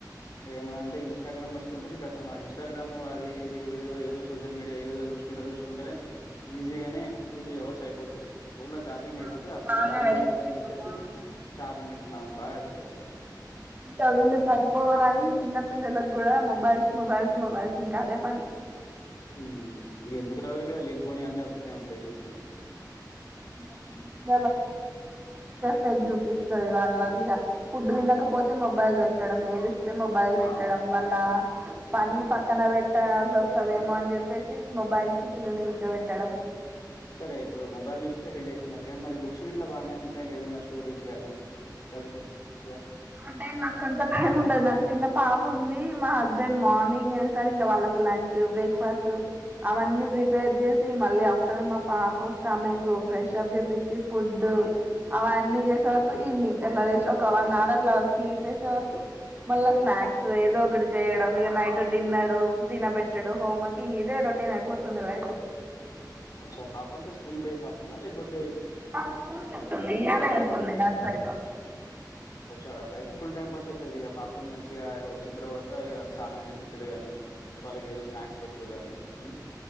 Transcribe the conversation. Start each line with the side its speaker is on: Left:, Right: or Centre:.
Left: ఏమనా అంటే ఇన్స్టాగ్రామ్ పట్టుకుంటారు ఖాతం మా ఇంస్టాగ్రామ్ అది ఇది ఏదో ఏదో సోషల్ మీడియా ఏదేదో చూసుకుంట చూసుకుంటేనే ఈజీగా నే టూ త్రీ అవర్స్ అయిపోతుంది ఫోన్ లో ఛార్జింగ్ అయిపోతే
Right: అవును
Left: అడు
Right: బాగా
Left: చార్జింగ్
Right: అడిక్ట్
Left: అయిపోతుందిని
Right: అయిపోతా
Left: చెప్పేసి
Right: ఉన్నారు
Left: చార్జింగ్ పెట్ వు బాగాలెట్ అవుతారు దానికి
Right: ఇంకా వీళ్ళు
Left: ఉమ్
Right: సరిపోవరని చిన్నపిల్లలకు కూడా మొ మొబైల్స్ మొబైల్స్ మొబైల్స్ ఇంకా అదే పని
Left: ఉమ్ ఎందుకు రావుగా లే పోనీ అన్నీ వస్తూనే ఉంటాయి డడిసీ
Right: <unintelligible> పేజీ ది వాళ్ళగగా ఫుడ్ తినక లేకపోతే మొబైల్ పెట్ ట్ట ఏదిస్తే మొబైల్ పెట్టడం
Left: ఆ
Right: వల్ల పని పక్కన పెట్టాల్సి వస్తదేమో అని చెప్ చెప్పేసి మొబైల్ కి పిల్లని కూర్చోబెట్టడం
Left: సరే ఇప్పుడు మొబైల్ హెడ్డేక్ అన్నారు కానీ మరి బుక్స్ గ ఇట్లా బాగానే ఉంటాయి ఏదన్నా స్టోరీస్ గానీ చదువుకోవచ్చుగా
Right: అంటే నాకు అంత టైం ఉండదు నాకు చిన్న పాప ఉంది మా హస్బెండ్ మార్నింగ్ ఎ వాళ్కు లంచ్ బ్రేక్ ఫాస్ట్ అవన్నీ ప్రిపేర్ చేసి మళ్ళ ఆఫ్టర్నూన్ పాప స గోకాస్ చాబ్ చెప్పేచి ఫుడ్ అవన్నీ చేసే వరకు ఈవినింగ్ ఎట్లా ఒక వన్ అవర్ క్లా స్లీప్ ఎసే వరకు మళ్ళా స్నాక్స్ ఏదో ఒకటి చేయడం ఇగ నైట్ డిన్నర్ తినబెట్టడు హోమ్వర్కి ఇంగ్ ఇదే రొటీమ్ అయిపోతుంది లైఫ్
Left: అచ్చ పాపన్ంట స్కూల్ బోయే పాపన నా లేపోతే
Right: ఆ స్కూల్ ఎళ్తుంది ఈయలే ఎళ్తుంది నర్సరీ పాప
Left: వచ్చ అట్ల అయితే ఫుల్ టైం పాస్ అవుతుంది ఇక పాపని మంచిగా వచ్చిన తర్వాత ఇక స్నానం చేపిచుడు గాని వాళ్ళకి ఏదో స్నాక్స్ పెట్టుడు గాని ఉమ్